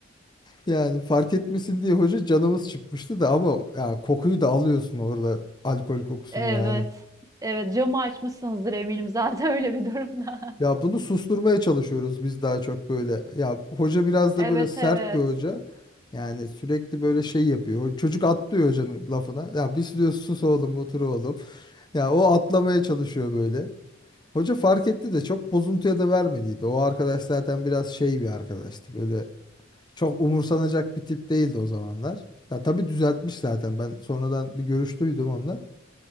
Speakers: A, on the left; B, on the right.
A: Yani fark etmesin diye hoca canımız çıkmıştı da ama ya kokuyu da alıyorsun orada alkol kokusunu
B: Evet.
A: yani.
B: Evet camı açmışsınızdır eminim zaten öyle bir durumda.
A: Ya bunu susturmaya çalışıyoruz biz daha çok böyle. Ya hoca biraz
B: <laughs> Evet
A: da böyle sert
B: evet.
A: bir hoca. Yani sürekli böyle şey yapıyor. Çocuk atlıyor hocanın lafına. Ya biz diyor sus oğlum otur oğlum. Ya o atlamaya çalışıyor böyle. Hoca fark etti de çok bozuntuya da vermediydi. O arkadaş zaten biraz şey bir arkadaştı. Böyle çok umursanacak bir tip değildi o zamanlar. Ya tabii düzeltmiş zaten. Ben sonradan bir görüş duydum onunla.